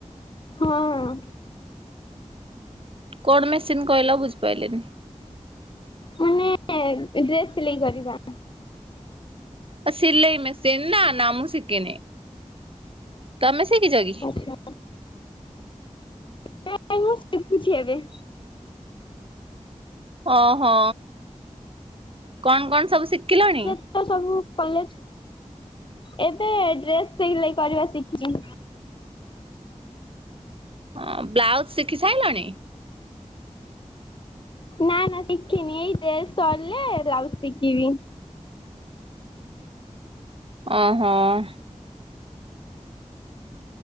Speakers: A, on the left; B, on the right.
A: ହଁଅଁ।
B: କଣ ମେସିନ୍ କହିଲ ବୁଝିପାଇଲିନି।
A: ମାନେ ଡ୍ରେସ୍ ସିଲେଇ କରିବା।
B: ଅ ସିଲେଇ ମେସିନ୍ ନା ନା ମୁଁ ଶିକିନି, ତମେ ଶିଖିଛ କି?
A: ଆଚ୍ଛା <unintelligible> ମୁଁ ସିକୁଛି ଏବେ।
B: ଅଁ ହଁ କଣ କଣ ସବୁ ଶିକିଲଣି?
A: <unintelligible> ସବୁ କଲେଜ ଏବେ ଡ୍ରେସ୍ ସିଲେଇ କରିବା ଶିଖିଚି।
B: ଅଁ ବ୍ଲାଉଜ୍ ଶିଖି ସାଇଲଣି।
A: ନା ନା ଶିଖିନି ଏଇ ଡ୍ରେସ୍ ସରିଲେ ବ୍ଲାଉଜ୍ ଶିକିବି।
B: ଅଁ ହଁଅଁ।